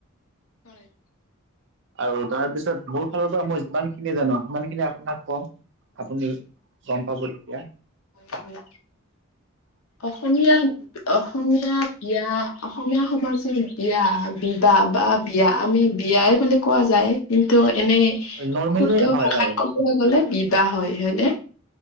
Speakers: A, on the left (about 85°); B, on the right (about 60°).
A: হয়ঁ।
B: আৰু তাৰপিছত মোৰ ফালৰ পৰা মই যিমান খিনি জানো সিমান খিনি আপোনাক কম আপুনি গম পাব তেতিয়া।
A: হয়ঁ হয়ঁ।
B: <inaudible>
A: অসমীয়া অসমীয়া বিয়া অসমীয়া সমাজৰ বিয়া বিবাহ বা বিয়া আমি বিয়াই বুলি কোৱা যায়। কিন্তু এনেই
B: নৰ্মেলি
A: শুদ্ধ
B: হয়
A: ভাষাত
B: হয়
A: ক'বলৈ গ'লে বিবাহ হয় হয়নে?